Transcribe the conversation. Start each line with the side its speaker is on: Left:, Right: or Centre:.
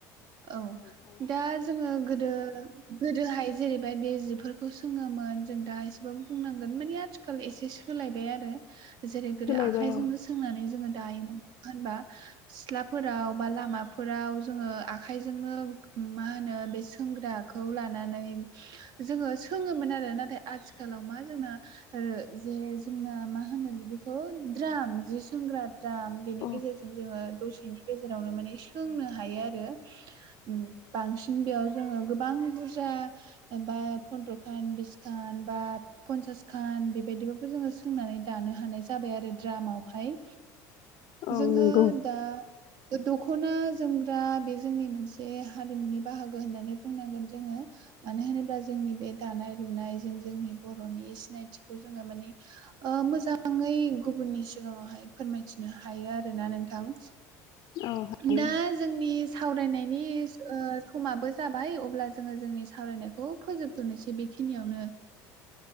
Right: औ दा जोङो गोदो गोदोहाय जेरैबायदि जिफोरखौ सोङोमोन जों दा एसेबाबो बुंनांगोन मानि आथिखालाव एसे सोलायबाय आरो जेरै गोदो
Left: सोलायबाय
Right: आखाइजोंनो
Left: औ
Right: सोंनानै जोङो दायोमोन नङा होनबा सिथ्लाफोराव बा लामाफोराव जोङो आखाइजोंनो उम मा होनो बे सोंग्रा खौ लानानै जोङो सोङोमोन आरो नाथाय आथिखालाव मा जोंना ओ जे जोंना मा होनो बिदिखौ द्राम जि सोंग्रा द्राम बेनि
Left: औ
Right: गेजेरजों जोङो दसेनि गेजेरावनो माने सोंनो हायो आरो उम बांसिन बेयाव जोङो गोबां बुरजा बा पन्द्रखान बिसखान बा पन्सासखान बेबायदिबाबो जोङो सोंनानै दानो हानाय जाबाय आरो द्रामावहाय
Left: औ
Right: जोङो
Left: नंगौ
Right: दा ओ दख'ना जोमग्रा बे जोंनि मोनसे हारिमुनि बाहागो होननानै बुंनांगोन जोङो मानो होनोब्ला जोंनि बे दानाय लुनाय जों जोंनि बर'नि सिनायथिखौ जोङो माने ओ मोजाङै गुबुननि सिगाङावहाय फोरमायथिनो हायो आरोना नोंथां
Left: औ हायो
Right: दा जोंनि सावरायनायनि ओ समाबो जाबाय अब्ला जोङो जोंनि सावरायनायखौ फोजोबथ'नोसै बेखिनियावनो